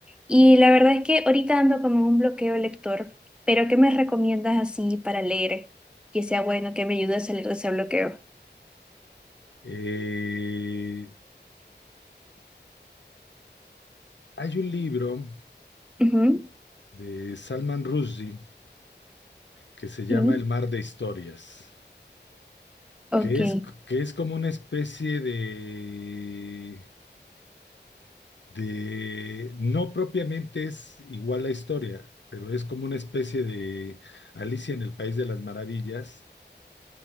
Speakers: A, in the centre; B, on the left.
A: Y la verdad es que ahorita ando como un bloqueo lector, pero ¿qué me recomiendas así para leer? Que sea bueno, que me ayude a salir de ese bloqueo.
B: Eh, hay un libro
A: Ujú,
B: de Salman Rushdie que se llama
A: Sí.
B: El mar de historias,
A: Ok.
B: que es, que es como una especie de de, no propiamente es igual la historia, pero es como una especie de Alicia en el País de las Maravillas.